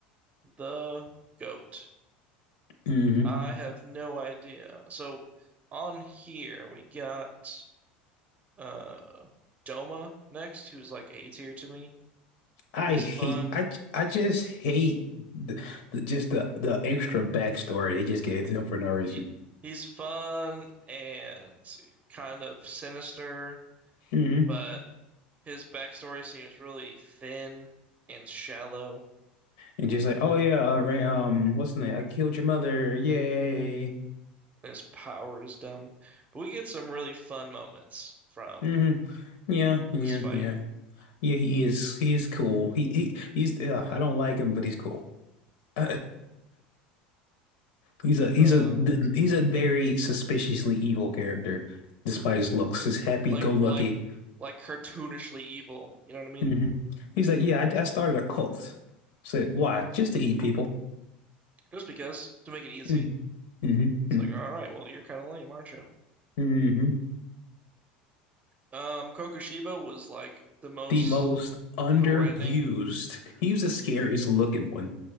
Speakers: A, on the right; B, on the left.
A: the goat.
B: hmm
A: I have no idea. So on here we got uh Doma next, who's like A tier to me.
B: I
A: He's
B: hate
A: fun.
B: I I just hate the, the just the the extra backstory they just gave him for no reason.
A: He he's fun and kind of sinister,
B: Mhm.
A: but his backstory seems really thin and shallow,
B: And she's like, "Oh yeah, uh, Ray, um, what's the name? I killed your mother! Yay!
A: and his power is dumb. But we get some really fun moments from
B: hmm Yeah, yeah,
A: this fight.
B: yeah, yeah. He is, he is cool. He, he, he's. Uh, I don't like him, but he's cool. <laughs> He's a, he's
A: Uh
B: a, he's a very suspiciously evil character, despite his looks. His happy-go-lucky.
A: like like like cartoonishly evil, you know what I mean?
B: hmm He's like, yeah, I, I started a cult. Said why? Just to eat people.
A: Just because to make it easy.
B: hmm hmm
A: It's like, all right, well, you're kind of lame, aren't you?
B: hmm
A: Um, Kokushiba was like the most
B: The most underused.
A: threatening.
B: He was the scariest looking one,